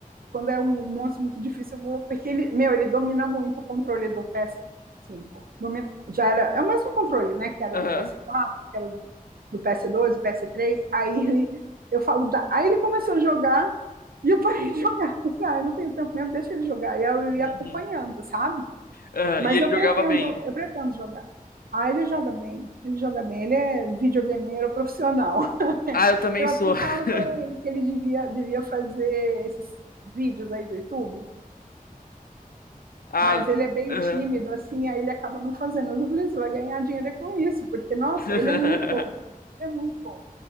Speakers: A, on the right; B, on the left.
A: quando é um um monstro muito difícil, eu vou porque ele, meu, ele domina muito o controle do PS5. Domina, já era, é o mesmo controle, né, que era
B: aham.
A: do PS4, que era do PS2, do PS3. Aí ele eu falo, da, aí ele começou a jogar E eu parei de <laughs> jogar. Eu falei, ah, eu não tenho tempo mesmo, deixa ele jogar. E eu
B: Uhum.
A: ia acompanhando, sabe?
B: Aham,
A: Mas
B: E ele
A: eu
B: jogava
A: pretendo,
B: bem.
A: eu pretendo jogar. Ah, ele joga bem, ele joga bem, ele é videogameiro profissional. <laughs>
B: Ah, eu também
A: Eu
B: sou.
A: até
B: <laughs>
A: falo para ele que ele devia, devia fazer esses vídeos aí do YouTube,
B: Ah,
A: mas ele é meio
B: aham.
A: tímido, assim, aí ele acaba não fazendo. Mas eu falei assim, vai ganhar dinheiro é com isso, porque, nossa,
B: <laughs>
A: ele é muito bom, é muito bom.